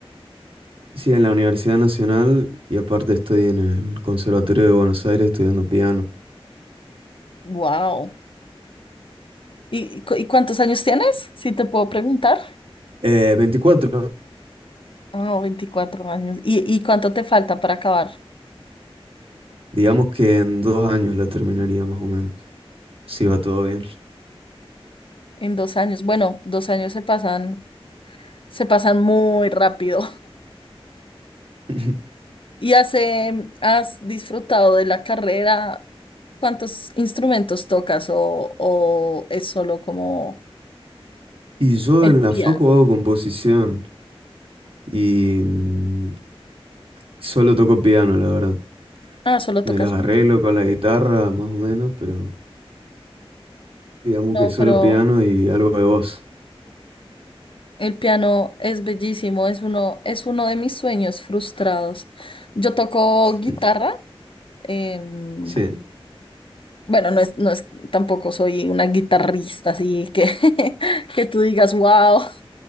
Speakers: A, on the right; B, on the left.
A: sí, en la Universidad Nacional y aparte estoy en el Conservatorio de Buenos Aires estudiando piano.
B: Wow. ¿Y, y cu- y cuántos años tienes? Si te puedo preguntar.
A: Eh, 24,
B: Ah, 24 años. ¿Y, y cuánto te falta para acabar?
A: digamos que en dos años la terminaría más o menos, si va todo bien.
B: En dos años. Bueno, dos años se pasan, se pasan muy rápido.
A: <laughs>
B: ¿Y has, em, has disfrutado de la carrera? ¿Cuántos instrumentos tocas o, o es solo como
A: Y yo
B: el
A: en la
B: piano?
A: facu hago composición y mm, solo toco piano, la verdad.
B: Ah, solo
A: Me
B: tocas
A: las arreglo
B: piano.
A: con la guitarra, más o menos, pero... Digamos
B: No,
A: que solo
B: pero
A: piano y algo de voz.
B: el piano es bellísimo, es uno, es uno de mis sueños frustrados. Yo toco
A: <laughs>
B: guitarra. em,
A: Sí,
B: bueno, no es, no es, tampoco soy una guitarrista, así que, <laughs> que tú digas, wow,